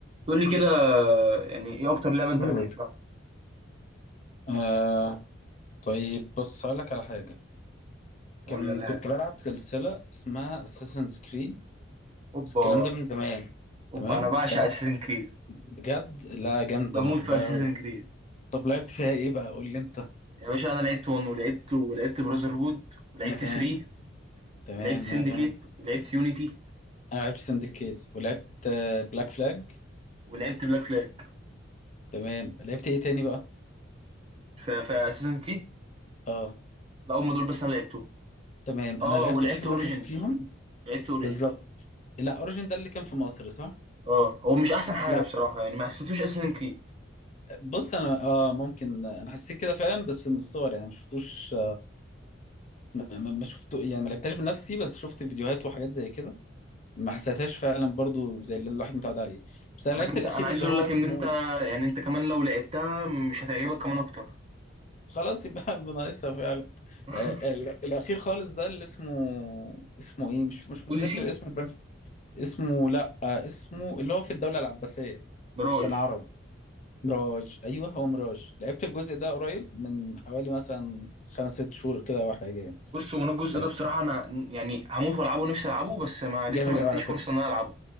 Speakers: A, on the right; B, on the left.
A: تقول لي كده يعني ايه اكتر لعبه انت
B: مم.
A: بتحبها
B: آه طيب بص هقول لك على حاجة كان
A: ولا لعبه
B: كنت بلعب سلسلة اسمها اساسنز كريد
A: اوبا
B: بس الكلام ده من زمان تمام
A: اوبا انا بعشق
B: كنت بلعب
A: اساسن كريد
B: بجد لا جامدة
A: بموت
B: أنا بحبها
A: في اساسن
B: أوي
A: كريد
B: طب لعبت فيها إيه بقى قول لي أنت
A: يا باشا انا لعبت 1 ولعبت ولعبت براذر هود ولعبت
B: وأنا كمان
A: 3
B: تمام
A: ولعبت سندكيت
B: وأنا كمان
A: ولعبت يونيتي
B: أنا لعبت سندكيت ولعبت بلاك فلاج
A: ولعبت بلاك فلاج
B: تمام لعبت إيه تاني بقى
A: في اساسن كريد
B: أه
A: لا هم دول بس انا لعبتهم
B: تمام
A: اه
B: أنا لعبت
A: ولعبت
B: آخر
A: اوريجينز
B: واحد فيهم
A: لعبت اوريجينز
B: بالظبط لا اوريجين ده اللي كان في مصر صح؟
A: اه هو مش احسن حاجه
B: لا
A: بصراحه يعني ما حسيتوش اساسن كريد
B: بص انا اه ممكن انا حسيت كده فعلا بس من الصور يعني ما شفتوش ما, ما ما شفت يعني ما لعبتهاش بنفسي بس شفت فيديوهات وحاجات زي كده ما حسيتهاش فعلا برضو زي اللي الواحد متعود عليه بس انا
A: انا
B: لعبت
A: كان
B: الاخير
A: انا عايز
B: اللي
A: اقول
B: هو
A: لك
B: اسمه
A: ان انت يعني انت كمان لو لعبتها مش هتعجبك كمان اكتر
B: خلاص يبقى <laughs> بناقصها فعلا
A: <laughs>
B: آه ال- الاخير خالص ده اللي اسمه اسمه ايه مش مش متذكر
A: اوديسي
B: اسمه بس اسمه لا آه اسمه اللي هو في الدولة العباسية
A: ميراج
B: كان عربي ميراج ايوه هو ميراج لعبت الجزء ده قريب من حوالي مثلا خمس ست شهور كده او حاجه يعني
A: بص هو انا الجزء
B: آه،
A: ده بصراحه انا يعني هموت والعبه نفسي العبه بس ما لسه
B: جامد
A: ما جاتليش
B: قوي على فكره
A: فرصه ان انا العبه